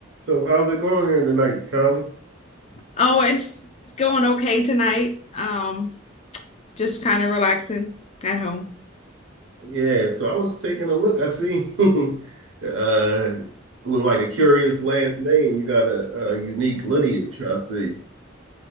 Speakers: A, on the right (about 70°); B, on the left (about 35°).
A: So how's it going here tonight, Charlie?
B: Oh, it's going okay tonight. Um, just kind of relaxing at home.
A: Yeah, so I was taking a look. I see <laughs> uh with like a curious last name, you got a, a unique lineage, I see.